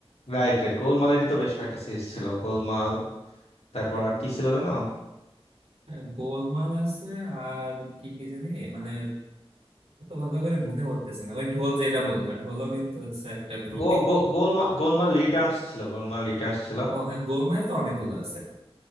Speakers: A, on the right; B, on the left.
A: হুম,
B: রাইট রাইট গোলমালেরই তো বেশ কয়েকটা সিরিজ
A: হ্যাঁ
B: ছিল গোলমাল তারপর
A: গোল
B: আর কি ছিল জানো
A: হ্যাঁ, গোলমাল আছে আর কি কি জানি মানে তো ভালো করে মনে পড়তেছে না ওই ঢোল যেটা বললা
B: উম,
A: ঢোলও কিন্তু হচ্ছে একটা গ্রুপই
B: ও গোলমাল গোলমাল রিটার্নস ছিল গোলমাল রিটার্নস ছিল
A: ও হ্যাঁ গোমায় তো অনেকগুলো আছে